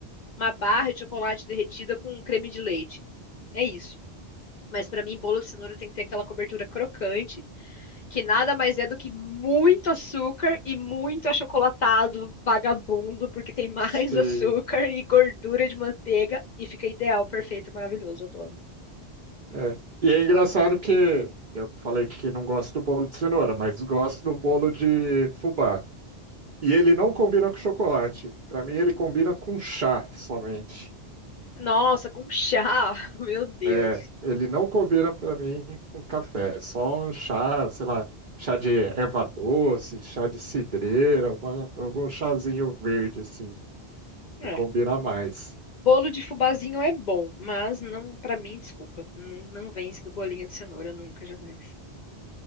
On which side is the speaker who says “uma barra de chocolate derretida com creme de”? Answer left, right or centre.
Left